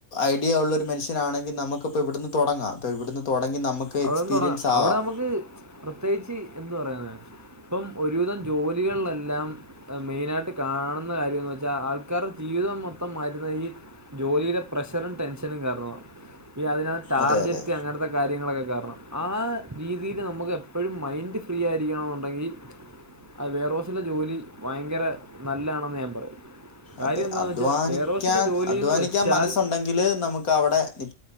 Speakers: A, on the left; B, on the right.
A: ഐഡിയ ഉള്ള ഒരു മനുഷ്യനാണെങ്കിൽ നമുക്കിപ്പോ ഇവിടുന്ന് തുടങ്ങാം ഇവിടുന്ന് തുടങ്ങി നമുക്ക്
B: അവിടെന്ന്
A: എക്സ്പീരിയൻസ്
B: തുടങ്ങാം
A: ആകാം
B: അവിടെ നമുക്ക് പ്രത്യേകിച്ച് എന്ത് പറയാന ഇപ്പം ഒരുവിധം ജോലി ലികളിലെല്ലാം മെയിനായിട്ട് കാണുന്ന കാര്യംന്നെച്ചാൽ ആൾക്കാരുടെ ജീവിതം മൊത്തം മാറ്റുന്ന ഈ ജോലിയിലെ പ്രഷറും ടെൻഷനും കാരണാ ഇ അതിനകത്ത് ടാർജറ്റ്
A: അതെ അതെ
B: അങ്ങനത്തെ കാര്യങ്ങളൊക്കെ കാരണം ആ രീതിയില് നമുക്ക് എപ്പോഴും മൈൻഡ് ഫ്രീ ആയിരിക്കണംന്നുണ്ടെങ്കി അത് വേയറോസിലെ ജോലി ഭയങ്കര നല്ലാണെന്ന് ഞാൻ പറയും കാര്യം
A: അതെ
B: എന്താണെന്ന്
A: അധ്വാനിക്കാൻ
B: വെച്ചാൽ വെയർഹൗസിലെ ജോലി
A: അധ്വാനിക്കാൻ
B: എന്ന് വെച്ചാൽ
A: മനസ്സുണ്ടെങ്കില് നമുക്ക് അവിടെ നി